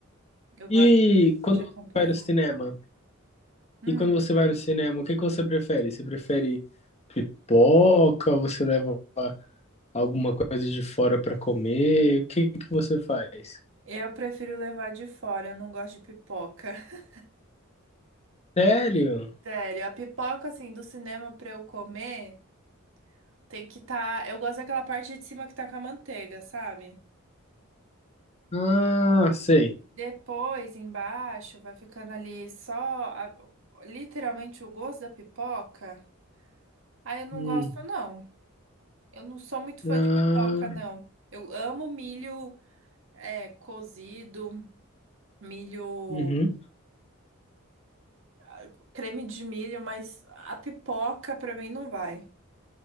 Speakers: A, on the right; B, on the left.
A: Eu gosto
B: E quando
A: de acompanhar.
B: você vai no cinema?
A: Hum,
B: E quando você vai no cinema, o que que você prefere? Você prefere pipoca? Você leva alguma coisa de fora pra comer? O que que você faz?
A: eu prefiro levar de fora, eu não gosto de pipoca. <laughs>
B: Sério?
A: Sério, a pipoca, assim, do cinema pra eu comer, tem que tá. Eu gosto daquela parte de cima que tá com a manteiga, sabe?
B: Ah, sei.
A: Depois, embaixo, vai ficando ali só a- literalmente o gosto da pipoca. Aí eu não
B: Hum.
A: gosto, não. Eu não sou muito fã
B: Ah,
A: de pipoca, não. Eu amo milho, é, cozido. milho,
B: uhum.
A: ah, creme de milho, mas a pipoca pra mim não vai.